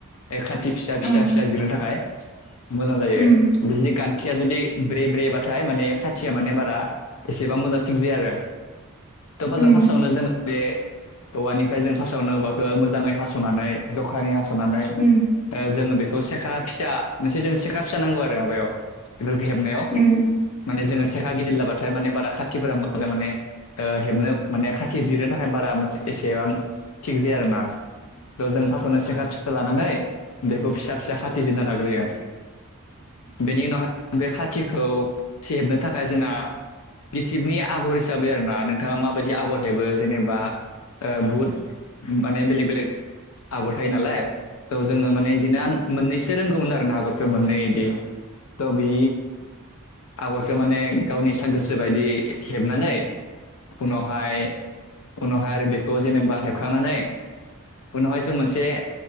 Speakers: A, on the left; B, on the left.
A: ए खाथि फिसा
B: उम
A: फिसा फिसा <unintelligible> थाखाय मोजां जायो
B: उम
A: जुदि गान्थिया जुदि ब्रे ब्रे बाथाय माने खा खाथिया माने बारा एसेबां मोजां थिग जाया आरो। थ'फाजों
B: उम
A: फार्स्टआवनो जों बे औवानिफ्राय जों फार्स्टआवनो औवाखौ मोजाङै हास'नानै जखानि हास सनानै
B: औ
A: जोङो बेखौ सेखा फिसा मोनसे जोंनो सेखा फिसा नांगौ आरो माबायाव हेबनायाव
B: उम
A: माने जोङो सेेखा गिदिर लाबाथाय माने ब खाथिफोरा मोजां माने हेबनो माने खाथि जिरनो थाखाय बारा एसेबां थिग आरोना थ जों फार्स्टावनो सेखा फिसा लानानै बेखौ फिसा फिसा खाथि जिरना लाग्रोयो बेनि उनावहाय बे खाथिखौ हेबनो थाखाय जोंना गिसिबनि आगर हिसाबै आर ना नोंथाङा माबायदि। आगर हेबो जेनेबा बुहुत माने बेले बेलेग आगर थायो नालाय थह जोङो आं माने बिदिनो मोननैसो रोंगौमोन आरोना आगर दे दे त बि आगरखो माने गावनि स गोसो बायदि हेबनानै उनावहाय उनावहाय आरो बेखौ जेनेबा हेबखांनानै उनावहाय जों मोनसे